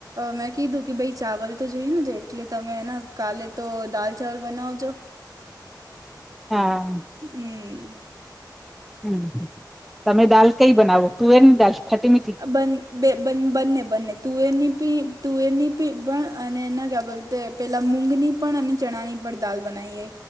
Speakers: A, on the right; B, in the centre.
A: મેં કીધું કે ભાઈ ચાવલ તો જોઈને તો, એટલે તમેના કાલે તો દાલ ચાવલ બનાવજો.
B: હા!
A: હમ
B: હમ તમે દાલ કઈ બનાવો તુવેર ને દાલ ખટી મીઠી?
A: બ બે બંને બંને તુવેરની પી તુવેરની પી પણ અને એના ક્યાં બોલતે પહેલાં મૂઘની પણ અને ચણાની પણ દાળ બનાવીએ.